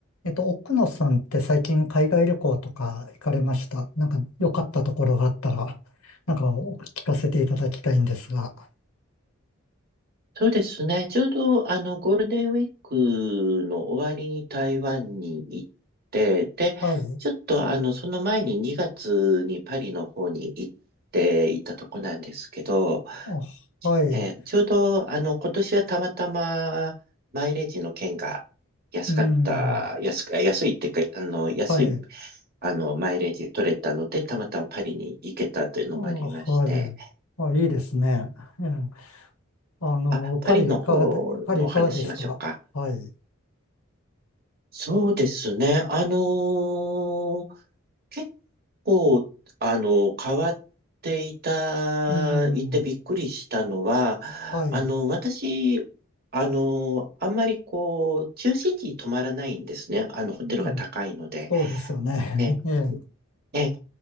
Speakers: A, on the left; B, on the right.
A: えっと、奥野さんって最近海外旅行とか行かれました。なんか良かったところがあったら、なんかお聞かせていただきたいんですが。
B: そうですね。ちょうど、あの、ゴールデンウィークの終わりに台湾に行って、で、
A: はい。
B: ちょっと、あの、その前に2月にパリの方に行っていたとこなんですけど、
A: あ、はい。
B: えーちょうど、あの、今年はたまたまマイレージの券が安かった、
A: うん。
B: 安く、あ安いっていうか、あの、安い、
A: はい。
B: あの、マイレージ取れたので、たまたまパリに行けたというのもありまして、
A: あ、はい。あ、いいですね。うん。あの、
B: あ、
A: パリいかがで、
B: パリの方のお話ししましょうか。
A: パリいかがでしたはい。
B: そうですね。あのー結構、あの、変わっていた、
A: うん。
B: いてびっくりしたのは、
A: はい。
B: あの、私、あの、あんまりこう、中心地に泊まらないんですね。あの、ホテルが高いので。
A: うん、そうですよね。
B: え、
A: <laughs> ええ。
B: え、